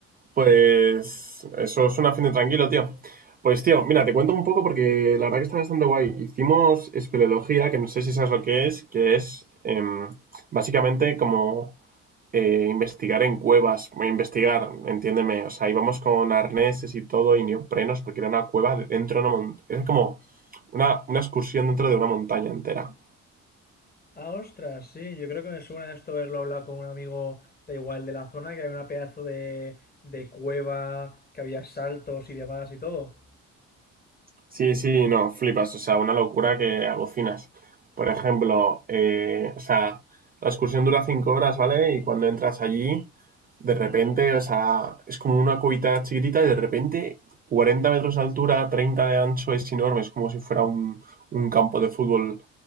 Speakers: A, on the right (about 25°); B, on the left (about 25°).
A: Pues eso suena fin de tranquilo, tío. Pues tío, mira, te cuento un poco porque la verdad que está bastante guay. Hicimos espeleología, que no sé si sabes lo que es, que es em, básicamente como eh, investigar en cuevas, eh, investigar, entiéndeme. O sea, íbamos con arneses y todo y neoprenos porque era una cueva de- dentro de una montaña. Es como una, una excursión dentro de una montaña entera.
B: Ah, ostras, sí, yo creo que me suena esto haberlo hablado con un amigo da igual de la zona, que hay una pedazo de, de cueva, que había saltos y demás y todo.
A: Sí, sí, no, flipas, o sea, una locura que alucinas. Por ejemplo, eh, o sea, la excursión dura cinco horas, ¿vale? Y cuando entras allí, de repente, o sea, es como una cubita chiquitita y de repente 40 metros de altura, 30 de ancho, es enorme, es como si fuera un, un campo de fútbol.